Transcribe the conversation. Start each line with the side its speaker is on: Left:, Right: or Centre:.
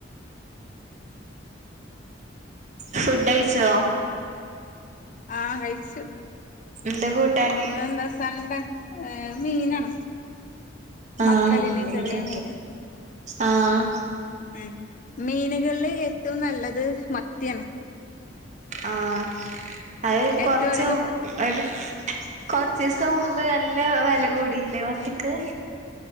Right: ഉം ഫുഡയ്ച്ചോ?
Left: ആ കഴിച്ചു.
Right: എന്താ കൂട്ടാന്?
Left: ഇന്നെന്താ സൺഡേ ഏഹ് മീനാണ്
Right: ആഹ
Left: മത്തലില്ലേ
Right: <unintelligible>
Left: ചെറിയ മീന്
Right: ആഹ
Left: ഉം മീനുകളില് ഏറ്റവും നല്ലത് മത്തിയാണ്
Right: ആഹ അത്
Left: ഏറ്റവും
Right: കൊറച്ചും
Left: അധികം
Right: ഒരു കൊറചീസം മുമ്പ് നല്ല വില കൂടിയില്ലേ മത്തിക്ക്?